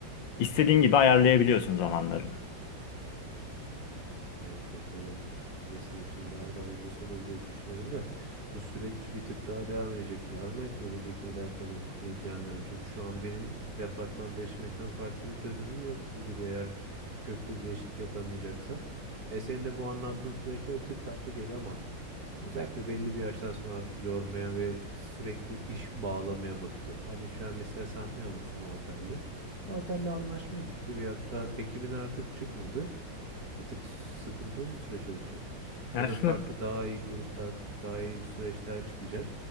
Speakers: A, on the left; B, on the right.
A: İstediğin gibi ayarlayabiliyorsun zamanlarını.
B: Hani bakalım ne senin için daha da hayırlısı olur diye düşünüyorum da bu süreç bir tık daha devam edecek var mı? Gelecekle alakalı bir planlarım. Çünkü şu an benim departman değiştirmekten farklı bir çözümüm yok gibi duruyor eğer köklü bir değişiklik yapamayacaksam. E senin de bu anlattığın süreçler bir tık tatlı geliyor ama özellikle belli bir yaştan sonra artık yormaya ve sürekli iş bağlamaya bakıyor. Hani şu an mesela sahne alıyorsun o otelle. O otelle anlaşma bitti veyahut da ekibin artık çıkmadı bir tık sıkıntılı bir süreç olacak.
A: Yani
B: Ya
A: aslında
B: da farklı daha iyi gruplar, daha iyi süreçler çıkacak.